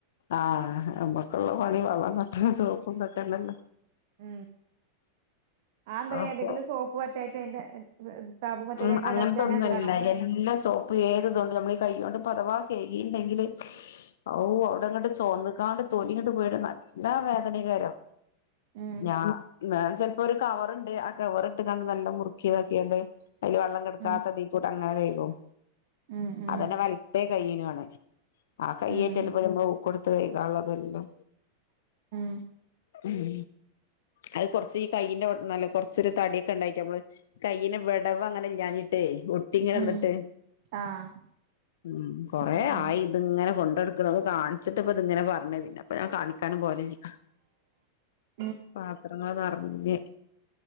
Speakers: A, on the left (about 55°); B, on the right (about 50°).
A: ആഹ് നമ്മക്കുള്ള പണി വെള്ളം തട്ടലും സോപ്പന്തൊക്കെന്നല്ല
B: ഉം ആഹ്
A: അപ്പൊ
B: ഏതെങ്കിലും സോപ്പ് പറ്റായിട്ട് അതിന്റെ <unintelligible>
A: ഉം അങ്ങനത്തെ
B: അലർജി അങ്ങനെ
A: ഒന്നുംല്ല
B: എന്തെലാണോ
A: എല്ലാ പ്പൊ ഏതു ഇതു കൊണ്ടു നമ്മളീ കൈ കൊണ്ട് അഥവാ കേകിണ്ടെങ്കില് ഔഹ് അവിടെങ്ങോട്ട് ചുവന്നക്കാണ്ട് തോലിങ്ങോട്ട് പോയിട്ട് നല്ല വേദനകാരോ
B: ഉം
A: ഞാൻ ചെലപ്പോ ഒരു കവറുണ്ട് ആ കവർ ഇട്ട് കണ്ട് നല്ല മുറുക്കി ഇതൊക്കിയണ്ട് അതിൽ വെള്ളം കെടുക്കാത്തതികൂടെ
B: ഉം
A: അങ്ങനെ കൈകും
B: ഉം ഉം
A: അതന്നെ വലത്ത കൈനാണ് ആ കയ്യേറ്റ്
B: ഉം
A: അല്ലെ ഇപ്പൊ നമ്മൾ ഊക്കടുത്ത് കൈകാള്ളതല്ലോ
B: ഉം
A: ഉം അത് കുറച്ച് ഈ കയ്യിന്റെ നല്ല കുറച്ചൊരു തടിക്കെ ഉണ്ടായിട്ട് നമ്മള് കൈയിന്ന് ഇവിടെ വിടവ് അങ്ങനെ ഇല്ലാഞ്ഞിട്ടേ ഒട്ടി ഇങ്ങനെ
B: ഉം
A: ന്നിട്ട്
B: ആഹ്
A: ഉം കൊറേ
B: ഉം
A: ആയി ഇത് ഇങ്ങനെ കൊണ്ടെടുക്കണം കാണിച്ചിട്ട് ഇപ്പ ഇത് ഇങ്ങനെ പറഞ്ഞ പിന്നെ അപ്പൊ ഞാൻ കാണിക്കാനും പോലില്ല
B: ഉം
A: പാത്രങ്ങൾ നെറഞ്ഞ്